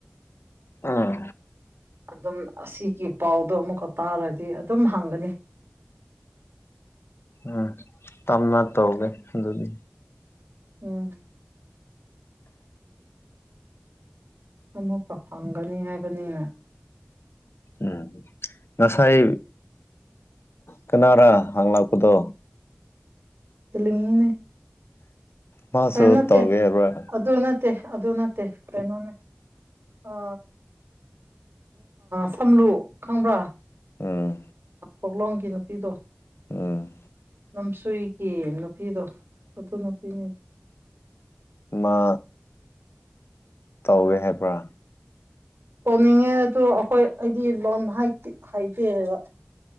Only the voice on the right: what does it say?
ꯑꯗꯨꯝ ꯑꯁꯤꯒꯤ ꯄꯥꯎꯗꯣ ꯑꯃꯨꯛꯀ ꯇꯥꯔꯗꯤ ꯑꯗꯨꯝ ꯍꯪꯒꯅꯤ
ꯎꯝ ꯑꯃꯨꯛꯀ ꯐꯪꯒꯅꯤ ꯍꯥꯏꯕꯅꯤꯅ
ꯇꯂꯤꯅ
ꯅꯠꯇꯦ
ꯑꯗꯨ ꯠꯇꯦ ꯑꯗꯨꯅꯠꯇꯦꯩꯅꯣꯅꯦ ꯑ ꯁꯝꯂꯨ ꯈꯪꯕ꯭ꯔꯥ
ꯀꯣꯛꯂꯣꯡꯒꯤ ꯅꯨꯄꯤꯗꯣ
ꯅꯝꯁꯨꯒꯤ ꯅꯨꯄꯤꯗꯣ ꯑꯗꯨ ꯅꯨꯄꯤꯅꯤꯗ
ꯇꯧꯅꯤꯡꯉꯦ ꯑꯗꯨꯣ ꯑꯩꯈꯣꯏ ꯑꯩꯗꯤ ꯂꯣꯟ ꯍꯥꯏꯇꯦꯕ